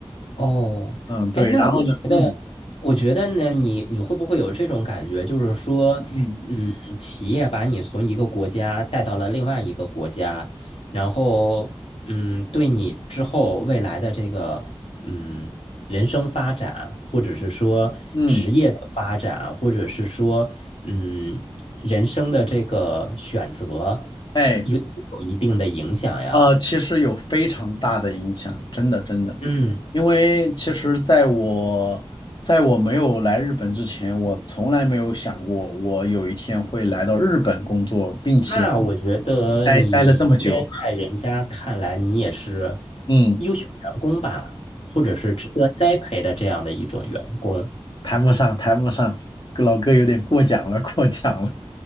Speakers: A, on the left; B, on the left.
A: 哦，
B: 嗯，对。
A: 哎，那我觉得，
B: 然后呢，嗯
A: 我觉得呢，你你会不会有这种感觉，就是说，
B: 嗯
A: 嗯，企业把你从一个国家带到了另外一个国家，然后，嗯，对你之后未来的这个，嗯，人生发展，或者是说职业的发展，
B: 嗯，
A: 或者是说，嗯，人生的这个选择，
B: 哎。
A: 有有一定的影响呀。
B: 呃，其实有非常大的影响，真的真的，
A: 嗯。
B: 因为其实在我在我没有来日本之前，我从来没有想过我有一天会来到日本工作，并且
A: 那我觉得你应该在人家看来，
B: 待待了这么久。
A: 你也是
B: 嗯，
A: 优秀员工吧，或者是值得栽培的这样的一种员工。
B: 谈不上，谈不上，老哥有点过奖了，过奖了。